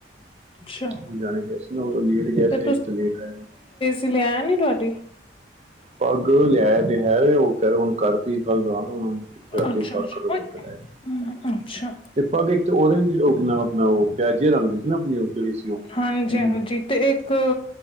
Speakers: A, on the left; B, on the right.
A: ਅੱਛਾ
B: ਤ ਜਾਣੇ ਗ ਸੀ ਨਾ ਲੇਟ ਗਿਆ ਸੀ,
A: ਤੇ
B: ਅੱਜ ਤੋਂ ਲੇਟ ਰਹਿ ਨੇ।
A: ਤੁਸੀਂ ਲਿਆਇ ਨੀ ਤੁਹਾਡੀ।
B: ਪੱਗ ਲਿਆ ਤੇ ਹੈ, ਉਹ ਕ ਹੁਣ ਕਰਤੀ ਕਲ ਜਾਣਾ। ਹਥੇ, ਰਾਤੀ
A: ਅੱਛਾ ਅੱਛਾ
B: ਕਰੋ ਚੱਕ
A: ਓਏ
B: ਲੈ।
A: ਹਮ, ਅੱਛਾ
B: ਤੇ ਪਗ ਇੱਕ ਓਰੇਂਜ ਓ ਕੀ ਨਾ, ਆਪਣਾ ਉਹ ਪਿਆਜੇ ਰੰਗ ਦੀ ਸੀ ਨਾ ਆਪਣੀ ਸੀ ਨਾ ਓ ਉ ਕਿਹੜੀ ਸੀ ਓ ਹਾਜੀ
A: ਹਾਂਜੀ-ਹਾਂਜੀ ਤੇ ਇੱਕ,